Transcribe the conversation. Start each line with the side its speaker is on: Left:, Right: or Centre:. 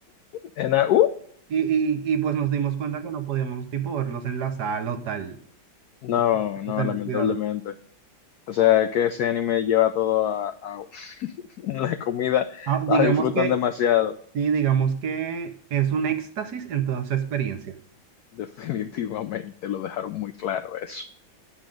Left: en a- uh,
Right: Y, y, y pues nos dimos cuenta que no podíamos tipo verlos en la sala o tal,
Left: no,
Right: o,
Left: no,
Right: o tener
Left: lamentablemente.
Right: cuidado.
Left: O sea, que ese anime lleva todo a, a- <laughs> la comida,
Right: Ah,
Left: la
Right: digamos
Left: disfrutan
Right: que,
Left: demasiado.
Right: sí, digamos que es un éxtasis en toda su experiencia.
Left: <laughs> Definitivamente, lo dejaron muy claro eso.